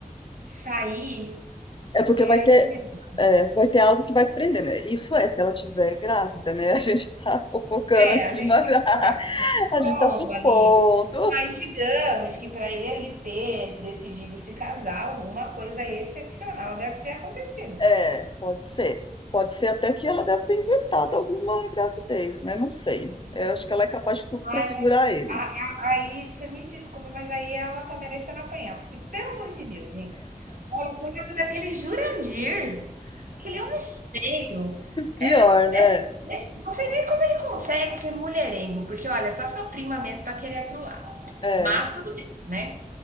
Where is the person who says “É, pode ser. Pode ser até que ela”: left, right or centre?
Left